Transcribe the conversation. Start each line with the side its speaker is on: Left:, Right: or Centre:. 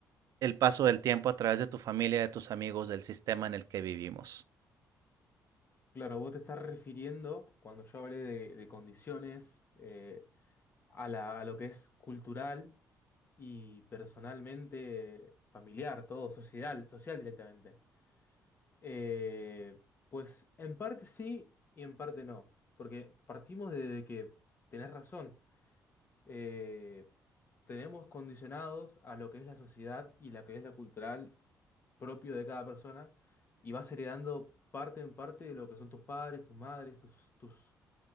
Right: el paso del tiempo a través de tu familia, de tus amigos, del sistema en el que vivimos.
Left: Claro, vos te estás refiriendo, cuando yo hablé de, de condiciones, eh, a la- a lo que es cultural y personalmente familiar, todo, social, social directamente. Eh, pues en parte sí y en parte no, porque partimos de que tenés razón, eh, tenemos condicionados a lo que es la sociedad y lo que es la cultural propio de cada persona y vas heredando parte en parte de lo que son tus padres, tus madres, tus, tus,